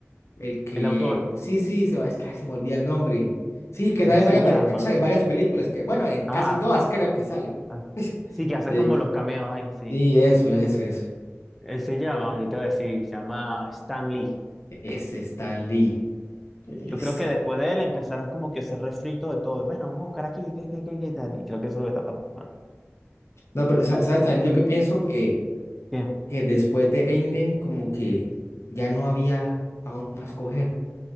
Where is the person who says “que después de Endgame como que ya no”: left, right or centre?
Left